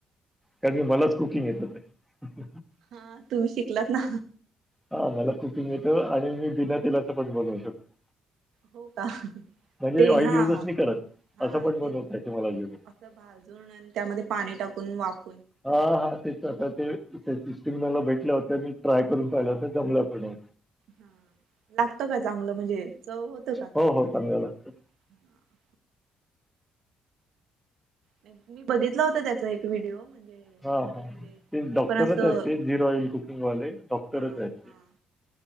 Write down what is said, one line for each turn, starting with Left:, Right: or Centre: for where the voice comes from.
Centre: कारण मी मलाच कुकिंग येतलं
Right: हा तुम्ही शिकलात ना.
Centre: हा मला कुकिंग
Right: बरोबर.
Centre: येत आणि मी बिना तेलाच ठवण शकतो.
Right: हो का
Centre: म्हणजे
Right: ते
Centre: ऑइल
Right: हा
Centre: युजच नाही करत
Right: हा
Centre: असं पण बनवता
Right: ते
Centre: येत मला जेवण.
Right: असं भाजून आणि त्यामध्ये पाणी टाकून वापर.
Centre: हा हा तेच आता ते सिस्टीम मला भेटल्या होत्या मी ट्राय करून पाहिलं होत जमल्या पण हो.
Right: हा लागत का चांगलं म्हणजे चव होत का चांगलं.
Centre: हो, हो. चांगल्या लागतात.
Right: हा मी बघितलं होत त्याचा एक व्हिडिओ म्हणजे. ह्यांनी
Centre: हा
Right: पण
Centre: हा
Right: म्हणजे
Centre: ते
Right: हे
Centre: डॉक्टरच
Right: पण असं
Centre: आहेत ते झीर ऑइल कुकिंग वाले डॉक्टरच
Right: हा
Centre: आहेत
Right: हा
Centre: ते